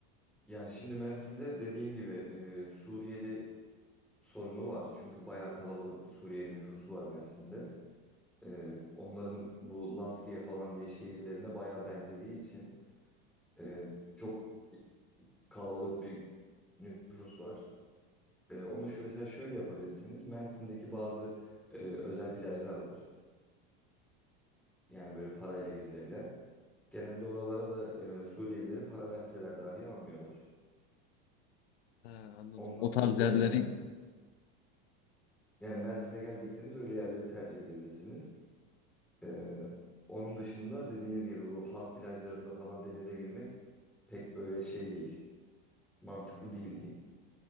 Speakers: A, in the centre; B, on the left (about 90°).
A: Yani şimdi Mersin'de dediğin gibi e, Suriyeli sorunu var. Çünkü bayağı kalabalık bir Suriyeli nüfusu var Mersin'de. E, onların bu Laskiye falan diye şehirlerine bayağı benzediği için e, çok kalabalık bir nüfus var. E, onu şu mesela şöyle yapabilirsiniz. Mersin'deki bazı e, özel plajlar var. Yani böyle parayla girilebilen. Genelde oralara da e, Suriyelileri para verseler dahi almıyorlar.
B: Ha, anladım.
A: Ondan
B: O tarz
A: dolayı
B: yerleri
A: eğer Yani Mersin'e gelecekseniz öyle yerleri tercih edebilirsiniz. Ee, onun dışında dediğiniz gibi bu halk plajlarında falan denize girmek pek böyle şey değil. Mantıklı değil diyeyim.